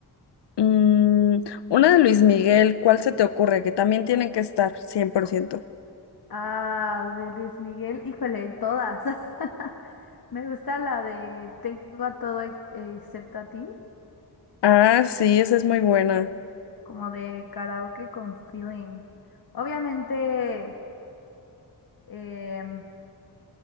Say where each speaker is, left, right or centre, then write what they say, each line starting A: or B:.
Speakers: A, on the left; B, on the left.
A: mm, una de Luis Miguel, ¿cuál se te ocurre? Que también tiene que estar, cien por ciento?
B: Ah, de Luis Miguel, híjole, todas. <laughs> Me gusta la de Tengo a todo ex- excepto a ti,
A: Ah, sí, esa es muy buena.
B: como de karaoke con feeling. Obviamente, em,